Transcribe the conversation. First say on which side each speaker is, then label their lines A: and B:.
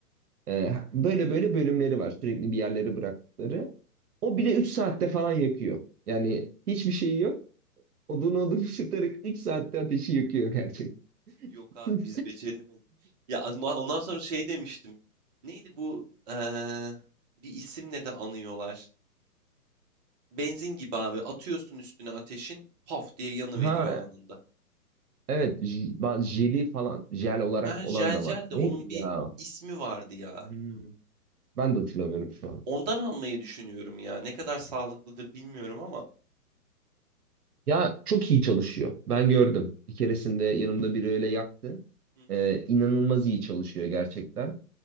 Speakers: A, on the right; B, on the right.
A: Ee, böyle böyle bölümleri var. Sürekli bir yerlere bıraktıkları. O bile 3 saatte falan yakıyor. Yani hiçbir şeyi yok. Odun odun ısıtarak 3 saatte ateşi yakıyor gerçekten.
B: Yok abi
A: <laughs>
B: biz beceremedik. Ya ondan ondan sonra şey demiştim. Neydi bu? eee, bir isimle de anıyorlar. Benzin gibi abi. Atıyorsun üstüne ateşin. Paf diye yanıveriyor
A: Ha
B: anında.
A: evet j- ba- jeli falan jel olarak
B: Ha
A: olan
B: jel
A: da var.
B: jel de
A: Neydi
B: onun bir
A: ya?
B: ismi vardı ya.
A: Hmm, Ben de hatırlamıyorum şu an.
B: Ondan almayı düşünüyorum ya. Ne kadar sağlıklıdır bilmiyorum ama.
A: Ya çok iyi çalışıyor. Ben gördüm. Bir keresinde yanımda biri öyle yaktı.
B: Hı hı.
A: Ee, inanılmaz iyi çalışıyor gerçekten.